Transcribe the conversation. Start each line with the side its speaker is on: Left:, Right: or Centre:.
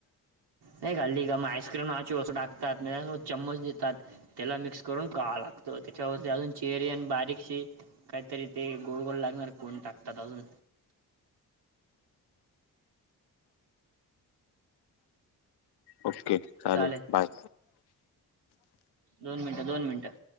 Right: नाही खाल्ली का मग आईस्क्रीम नावाची टाकतात त्यांच्यासोबत चम्मच देतात त्याला मिक्स करून का लागतो त्याच्यावर अजून चेरी आणि बारीकशी काहीतरी ते गोड गोड लागणार कोण टाकतात अजून
Left: ओके चाललं
Right: चालेल
Left: बाय
Right: दोन मिनिटं दोन मिनिटं